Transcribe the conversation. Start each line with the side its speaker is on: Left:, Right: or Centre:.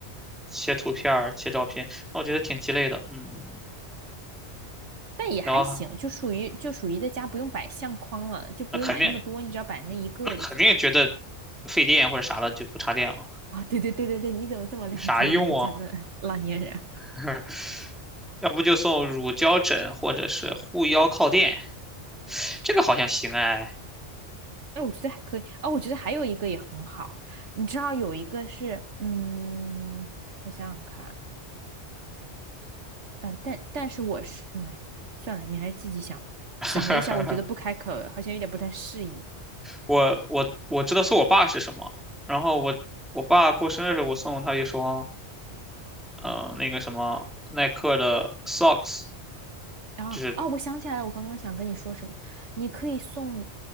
Centre: 切图片儿、切照片，那我觉得挺鸡肋的。嗯，
Right: 但也还行，
Centre: 然后
Right: 就属于就属于在家不用摆相框了，就不用买那么多，
Centre: 那肯定，
Right: 你只要摆那一个就行。
Centre: 那肯定觉得费电或者啥了，就不插电了，
Right: 啊，对对对对对，你怎么这么了解你们家的老年人？
Centre: 有啥用啊？<laughs> 要不就送乳胶枕或者是护腰靠垫，这个好像行哎。
Right: 那我觉得还可以啊，我觉得还有一个也很好，你知道有一个是，嗯，我想想看，呃，但但是我是，嗯哎，算了，你还是自己想吧。
Centre: <laughs>
Right: 想了一下，我觉得不开口好像有点不太适宜。
Centre: 我我我知道送我爸是什么，然后我我爸过生日的时候，我送他一双，呃，那个什么耐克的 socks，
Right: 啊哦，
Centre: 就是
Right: 我想起来了，我刚刚想跟你说什么？你可以送